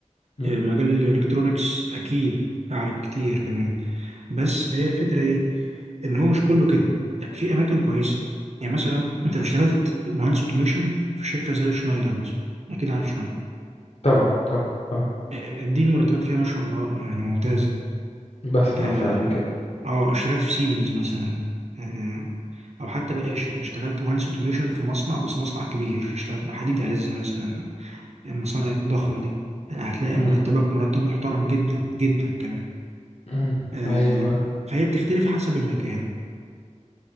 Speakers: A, on the left; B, on the right.
A: مم.
B: آه، مجال الالكترونيكس اكيد اعلى بكتير كمان بس هي الفكره ايه ان هو مش كله كده لا في اماكن كويسه يعني مثلا انت لو اشتغلت مهندس اوتوميشن في شركه زي شنايدر مثلا اكيد عارف شنايدر
A: طبعا طبعا اه
B: آه، دي المرتبات فيها ما شاء الله يعني ممتازه
A: بسمع
B: اه
A: فعلا كده
B: آه، اشتغلت في سيمنز مثلا آه او حتى بلاش يعني اشتغلت مهندس اوتوميشن في مصنع بس مصنع كبير اشتغلت حديد عز مثلا المصانع الضخمه دي هتلاقي
A: مم.
B: مرتبك مرتب محترم جدا جدا كمان
A: مم.
B: آه،
A: ايوه
B: فهي بتختلف حسب المكان